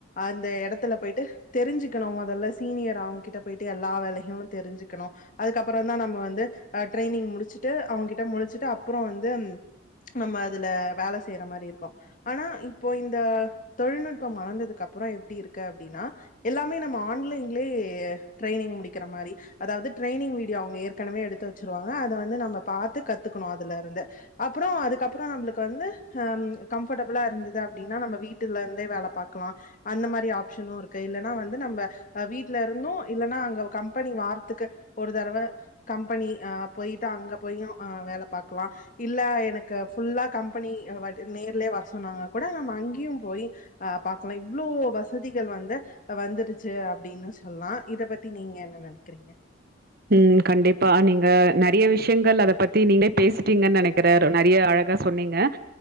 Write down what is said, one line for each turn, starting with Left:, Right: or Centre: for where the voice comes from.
Left: அந்த எடத்துல போயிட்டு தெரிஞ்சுக்கணும் அதெல்லா சீனியர் அவுங்க கிட்ட போயிட்டு எல்லா வேலைகளு தெரிஞ்சுக்கணு அதுக்கப்புற தா நம்ம வந்து ட்ரைனிங் முடிச்சுட்டு அவுங்ககிட்ட முடிச்சுட்டு அப்புற வந்து நம்ம அதுல வேல செ ய்யற மாரி இருக்கு ஆனா இப்போ இந்த தொழில்நுட்பம் வளர்ந்ததுக்கு அப்புற எப்டி இருக்கு அப்டின்னா எல்லாமே நம்ம ஆன்லைன்லயே ட்ரைனிங் முடிக்கிற மாரி அதாவது ட்ரெயினிங் வீடியோ அவுங்க ஏற்கனவே எடுத்து வச்சுருவாங்க அத வந்து நம்ம பாத்து கத்துக்கணு அதுல இருந்து அப்பறோ அதுக்கப்புற நம்மளுக்கு வந்து ஹ கம்ஃபர்டபுளா இருந்தது அப்டின்னா நம்ம வீட்டுல இருந்தே வேல பாக்கலா அந்த மாரி ஆப்ஷனும இருக்கு இல்லன்னா வந்து நம்ம அ வீட்டு்ல இருந்து இல்லன்னா அங்க கம்பெனி வார்த்துக்கு ஒரு தடவ கம்பெனி ஆ போயிட்டு அங்க போயு அ வேல பாக்கலா இல்ல எனக்கு ஃபுல்லா கம்பெனி வ நேர்லயே வர சொன்னாங்க கூட நம்ம அங்கேயு போயி அ பாக்கலா இவ்ளோ வசதிகள் வந்து இப்ப வந்துருச்சு அப்டின்னு சொல்லா இத பத்தி நீங்க என்ன நெனக்கிறீங்க
Right: ம் கண்டிப்பா நீங்க நெறைய விஷயங்கள் அத பத்தி நீங்களே பேசிட்டீங்கன்னு நெனக்கிற நெறைய அழகா சொன்னீங்க